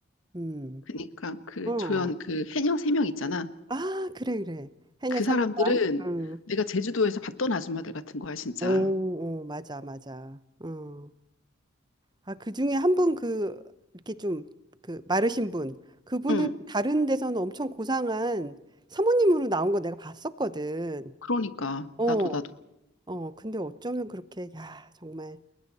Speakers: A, on the right (about 20°); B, on the left (about 80°).
A: 음.
B: 그러니까 그
A: 어.
B: 조연 그 해녀 세 명 있잖아.
A: 아, 그래 그래. 해녀
B: 그
A: 삼인방
B: 사람들은
A: 응.
B: 내가 제주도에서 봤던 아줌마들 같은 거야, 진짜.
A: 오, 오, 맞아 맞아. 어. 아, 그중에 한 분 그 이렇게 좀 그 마르신 분. 그분은
B: 응
A: 다른 데서는 엄청 고상한 사모님으로 나온 거 내가 봤었거든.
B: 그러니까
A: 어.
B: 나도 나도
A: 어, 근데 어쩌면 그렇게 야, 정말